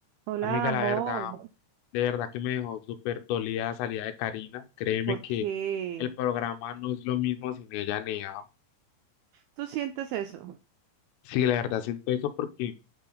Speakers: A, on the right (about 85°); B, on the left (about 85°).
A: Hola,
B: Amiga,
A: amor.
B: la verdad, de verdad que me dejó súper dolida la salida de Karina. Créeme
A: ¿Por
B: que
A: qué
B: el programa no es lo mismo sin ella ni ella.
A: tú sientes eso?
B: Sí, la verdad siento eso porque